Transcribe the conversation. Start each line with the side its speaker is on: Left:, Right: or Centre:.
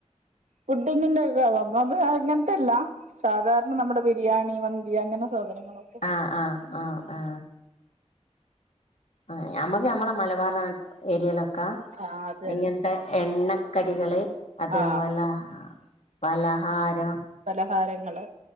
Right: പുഡ്ഡിങ്ങിന്റെ ഒക്കെ ഒന്നാതെ അങ്ങനത്തെയല്ല സാധാരണ നമ്മുടെ ബിരിയാണി അങ്ങനെ സാധനങ്ങളൊക്കെ
Left: ആ ആ ആ ആ ആ ഞമ്മക്ക് ഞമ്മളെ മലബാർ ഏരിയയിലൊക്കെ
Right: ആഹ് അത് തന്നെ
Left: ഇങ്ങനത്തെ എണ്ണ കടികള് അതേപോലെ
Right: ആഹ്
Left: പലഹാരം
Right: പലഹാരങ്ങള്